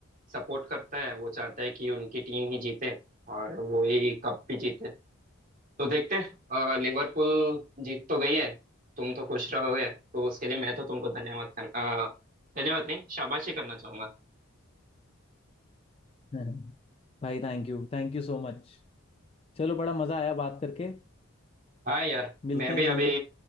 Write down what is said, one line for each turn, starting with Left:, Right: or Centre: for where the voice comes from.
Right: सपोर्ट करता है वो चाहता है कि उनकी टीम ही जीते और वो ही कप भी जीते तो देखते हैं अ, लिवरपूल जीत तो गई है तुम तो खुश रहोगे तो उसके लिए मैं तो तुमको धन्यवाद कर, अ, धन्यवाद नहीं शाबाशी करना चाहूंगा
Left: <laughs> भाई थैंक यू थैंक यू सो मच चलो बड़ा मजा आया बात करके
Right: हाँ यार
Left: मिलते
Right: मैं भी
Left: हैं जल्दी
Right: अभी